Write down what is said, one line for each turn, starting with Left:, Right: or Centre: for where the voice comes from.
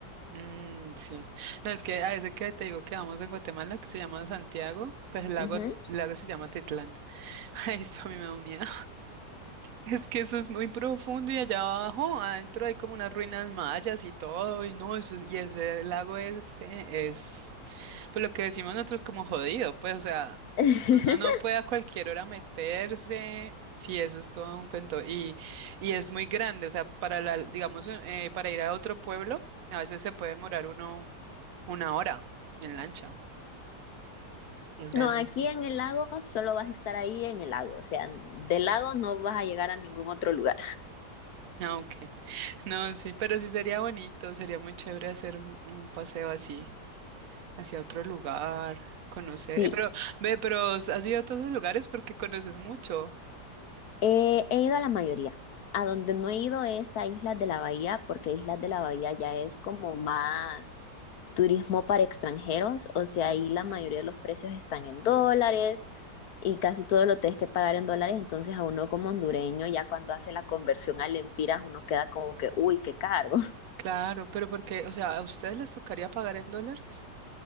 Right: Mm, sí. No, es que a ese que te digo que vamos en Guatemala, que se llama Santiago, pues el lago,
Left: Ujú.
Right: el lago se llama Titlán. <laughs> Ahí esto a mí me da un miedo. Es que eso es muy profundo y allá abajo, adentro hay como unas ruinas mayas y todo, y no, eso, y ese lago es, eh, es, pues lo que decimos nosotros como jodido, pues, o sea,
Left: <laughs>
Right: uno no puede a cualquier hora meterse, sí, eso es todo un cuento, y, y es muy grande, o sea, para la, digamos, eh, para ir a otro pueblo, a veces se puede demorar uno una hora en lancha, y es grandísimo.
Left: No, aquí en el lago solo vas a estar ahí en el lago. O sea, del lago no vas a llegar a ningún otro lugar.
Right: Ah, ok. <laughs> No, sí, pero sí sería bonito, sería muy chévere hacer un un paseo así. hacia otro lugar, conocer.
Left: Sí,
Right: Eh, pero, ve, pero has ido a todos esos lugares porque conoces mucho.
Left: eh, he ido a la mayoría. A donde no he ido es a Islas de la Bahía, porque Islas de la Bahía ya es como más turismo para extranjeros. O sea,
Right: Nunca.
Left: ahí la mayoría de los precios están en dólares y casi todo lo tienes que pagar en dólares, entonces a uno como hondureño, ya cuando hace la conversión a lempiras, uno queda como que, uy, qué caro. <laughs>
Right: Claro, pero porque, o sea, ¿a ustedes les tocaría pagar en dólares?